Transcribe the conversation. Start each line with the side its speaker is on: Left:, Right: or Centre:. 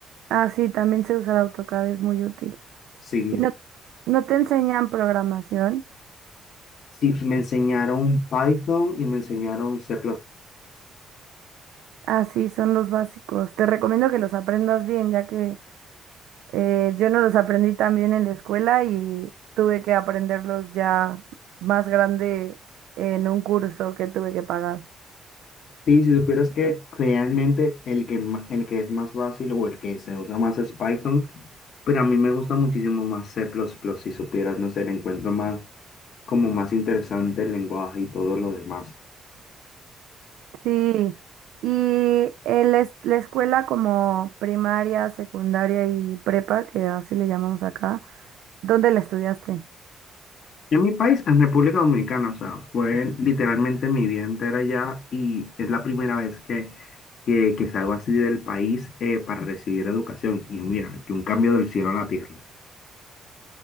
Right: Ah, sí, también sé usar AutoCAD, es muy útil.
Left: Sí,
Right: Y no, no te enseñan programación,
Left: Sí, me enseñaron Python y me enseñaron C++.
Right: Así son los básicos. Te recomiendo que los aprendas bien, ya que eh, yo no los aprendí tan bien en la escuela y tuve que aprenderlos ya más grande en un curso que tuve que pagar.
Left: Sí, si supieras que realmente el que, ma- el que es más fácil o el que se usa más es Python, pero a mí me gusta muchísimo más C++, si supieras, no sé, le encuentro más, como más interesante el lenguaje y todo lo demás.
Right: Sí, y el es- la escuela como primaria, secundaria y prepa, que así le llamamos acá, ¿dónde la estudiaste?
Left: En mi país, en República Dominicana, o sea, fue literalmente mi vida entera allá y es la primera vez que, que, que salgo así del país eh, para recibir educación. Y mira, que un cambio del cielo a la tierra.